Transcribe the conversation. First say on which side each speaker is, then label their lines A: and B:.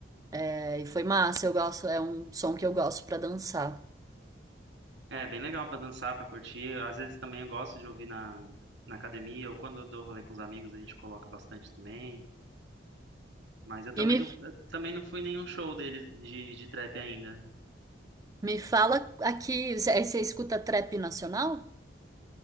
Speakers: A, on the right; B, on the right.
A: É, E foi massa, eu gosto, é um som que eu gosto pra dançar.
B: É, bem legal para dançar, para curtir. Às vezes também eu gosto de ouvir na na academia ou quando eu dou rolê com os amigos, a gente coloca bastante também. Mas eu também
A: E me,
B: não, eu também não fui em nenhum show deles de, de trap ainda.
A: me fala aqui, você- aí você escuta trap nacional?